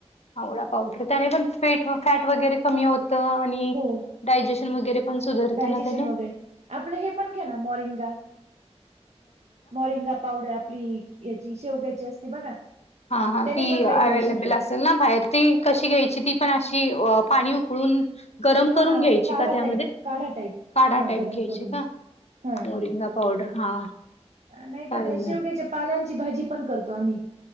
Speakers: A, on the left; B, on the right.
A: आवळा पावडर त्याने पण फेट फॅट वगैरे कमी होतं. आणि
B: हो
A: डायजेशन वगैरे, पण सुधारत
B: डायजेशन
A: ना त्याने
B: वगैरे आपलं हे पण घ्याना मॉरिंगा. मोरिंगा पावडर आपली याची शेवग्याची असती बघा.
A: हा हा
B: त्याने
A: ती
B: पण वेट
A: अवेलेबल
B: लॉस होत.
A: अस सेल ना बाहेर ती कशी घ्यायची ती पण अशी अ पाणी उकळून गरम
B: हा
A: करून
B: हा
A: घ्यायची
B: काढा
A: का त्यामध्ये.
B: टाईप काढा टाईप
A: काढा
B: हा
A: टाईप
B: गरम
A: घ्यायची
B: करून
A: का
B: हा
A: मोरिंगा पाउडर हा.
B: नाहीतर
A: चालेल
B: शेवघ्याच्या
A: ना
B: पालांची भाजी पण करतो आम्ही.